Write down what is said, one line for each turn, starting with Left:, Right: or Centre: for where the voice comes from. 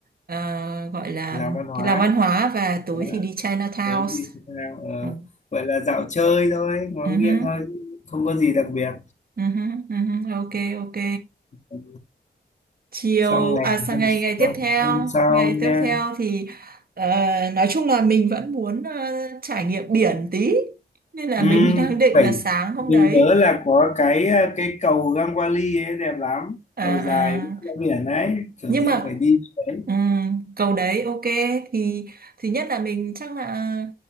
Right: ờ, gọi là
Left: làm văn hóa
Right: cái làm văn hóa và tối
Left: Đó,
Right: thì đi Chinatown.
Left: tối đi Chinatown ờ,
Right: Ừ.
Left: gọi là dạo chơi thôi ngó
Right: Ừ,
Left: nghiêng
Right: hứ,
Left: thôi không có gì đặc biệt
Right: ừ, hứ, ừ, hứ. Ok ok.
Left: ừ.
Right: chiều
Left: xong ngày
Right: à sang
Left: hôm
Right: ngày ngày
Left: sau,
Right: tiếp theo
Left: hôm sau
Right: ngày tiếp
Left: nha
Right: theo thì ờ, nói chung là mình vẫn muốn ờ, trải nghiệm biển tí nên là
Left: ừ,
Right: mình <laughs> đang định
Left: phải
Right: là sáng hôm
Left: mình
Right: đấy
Left: nhớ là có cái ờ, cái cầu Gangwali ấy đẹp lắm
Right: à,
Left: cầu dài
Right: à,
Left: ra biển ấy kiểu
Right: nhưng
Left: gì
Right: mà
Left: cũng phải đi cái đấy
Right: ừm, cầu đấy ok thì thì nhất là mình chắc là